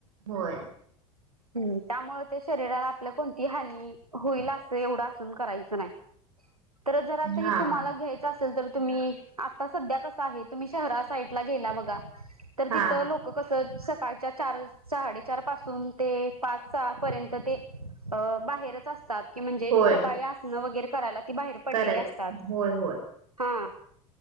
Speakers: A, on the right; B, on the right.
A: होय.
B: हम्म त्यामुळे ते शरीराला आपल्या कोणती हानी होईल असं एवढं आसन करायचं नाय. तर जर आता
A: हा
B: तुम्हाला
A: हा
B: घ्यायचं असेल तर तुम्ही आता सध्या कसं आहे, तुम्ही शहरा साईडला गेला बघा तर
A: हा
B: तिथं लोक कसं सकाळच्या चार साडेचार पासून ते पाच, सहा, पर्यंत ते अ बाहेरच असतात. कि म्हणजे
A: होय
B: सकाळी असणं वगैरे करायला त बाहेर पडलेली
A: कराय
B: असतात.
A: होय होय
B: हा